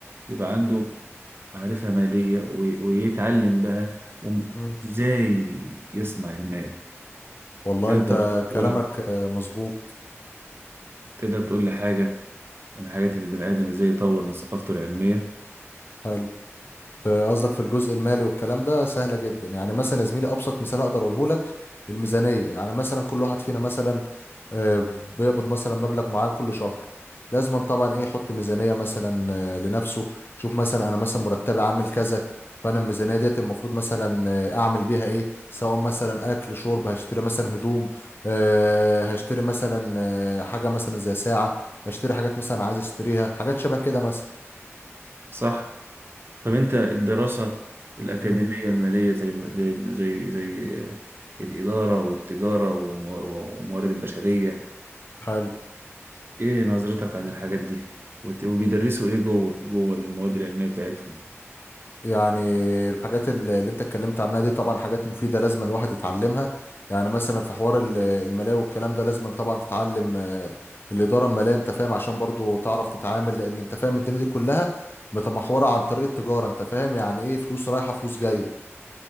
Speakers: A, on the right; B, on the left.
A: يبقى عنده معرفة مالية و... ويتعلم بقى وم-
B: مم.
A: ازاي يصنع المال
B: والله
A: تقدر
B: انت
A: تقول
B: كلامك آه، مظبوط
A: تقدر تقول لي حاجة من الحاجات اللي البني آدم ازاي يطور من ثقافته العلمية
B: حلو في- قصدك في الجزء المالي والكلام ده سهلة جدا يعني مثلا يا زميلي أبسط مثال أقدر أقوله لك الميزانية يعني مثلا كل واحد فينا مثلا آه، بيقبض مثلا مبلغ معين كل شهر لازم طبعا إيه يحط ميزانية مثلا آه، لنفسه شوف مثلا أنا مثلا مرتبي عامل كذا فأنا الميزانية ديت المفروض مثلا آه، أعمل بيها إيه سواء مثلا أكل شرب هشتري مثلا هدوم آه، هشتري مثلا آه، حاجة مثلا زي ساعة هشتري حاجات مثلا عايز أشتريها حاجات شبه كده مثلا
A: صح طب انت الدراسة الأكاديمية
B: مم.
A: المالية زي ما- زي زي زي الإدارة والتجارة والمو- والموارد البشرية
B: حلو
A: ايه نظرتك عن الحاجات دي وت- وبيدرسوا ايه جوه في جوه المواد العلمية بتاعتهم
B: يعني الحاجات اللي اللي انت اتكلمت عنها دي طبعا حاجات مفيدة لازم الواحد يتعلمها يعني مثلا في حوار ال- المالية والكلام ده لازم طبعا تتعلم آه، الإدارة المالية انت فاهم عشان برضو تعرف تتعامل لأن انت فاهم الدنيا دي كلها متمحورة عن طريق التجارة انت فاهم يعني ايه فلوس رايحة فلوس جاية